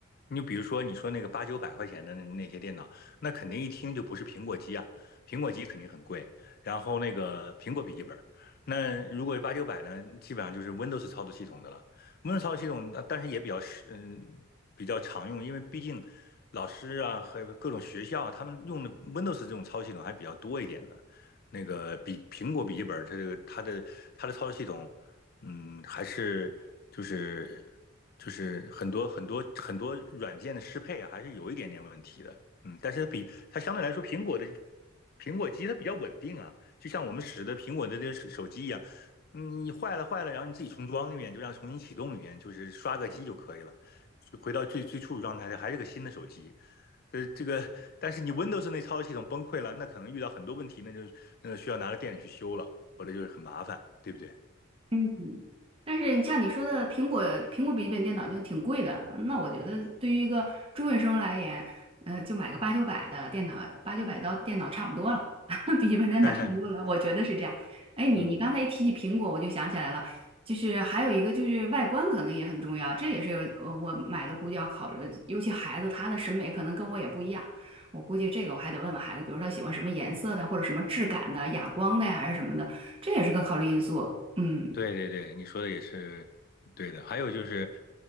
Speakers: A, on the left; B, on the right.
A: 你就比如说你说那个八九百块钱的那那些电脑，那肯定一听就不是苹果机啊，苹果机肯定很贵。然后那个苹果笔记本儿，那如果八九百呢，基本上就是 Windows 操作系统的了。Windows 操作系统，呃但是也比较实，嗯，比较常用，因为毕竟老师啊和各种学校他们用的 Windows 这种操作系统还比较多一点的。那个比苹果笔记本儿，它这个它的它的操作系统。嗯，还是就是就是很多很多很多软件的适配啊，还是有一点点问题的。嗯，但是它比它相对来说，苹果的苹果机它比较稳定啊，就像我们使的苹果的这手手机一样，嗯，你坏了坏了，然后你自己重装一遍，就让重新启动一遍，就是刷个机就可以了，回到最最初的状态，还是个新的手机。呃，这个，但是你 Windows 那操作系统崩溃了，那可能遇到很多问题，那就那就需要拿到店里去修了，或者就是很麻烦，对不对？
B: 嗯，但是像你说的，苹果苹果笔记本电脑就挺贵的。那我觉得对于一个中学生来言，呃，就买个八九百的电脑，八九百到电脑差不多了，<laughs> 笔记本电脑差不多了，
A: <laughs>
B: 我觉得是这样。哎，你你刚才一提起苹果，
A: 嗯，
B: 我就想起来了，就是还有一个就是外观可能也很重要，这也是我我买的估计要考虑，尤其孩子他的审美可能跟我也不一样，我估计这个我还得问问孩子，比如说他喜欢什么颜色的，或者什么质感的，哑光的呀还是什么的，这也是个考虑因素。嗯。
A: 对对对，你说的也是对的。还有就是，